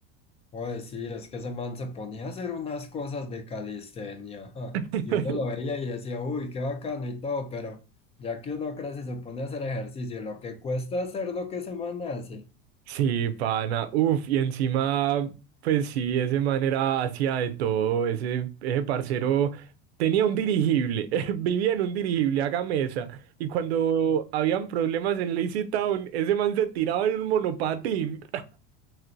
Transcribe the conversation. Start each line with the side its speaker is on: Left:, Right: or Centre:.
Left: Oye, sí, es que ese man se ponía a hacer unas cosas de calistenia. ajá.
Right: <laughs>
Left: Y uno lo veía y decía, uy, qué bacano y todo, pero ya que uno crece y se pone a hacer ejercicio, lo que cuesta hacer lo que ese man hace.
Right: Sí, pana. Uf, y encima, pues sí, ese man era hacía de todo. Ese, ese parcero tenía un dirigible, <laughs> vivía en un dirigible, haga mesa. Y cuando habían problemas en Lazy Town, ese man se tiraba en un monopatín.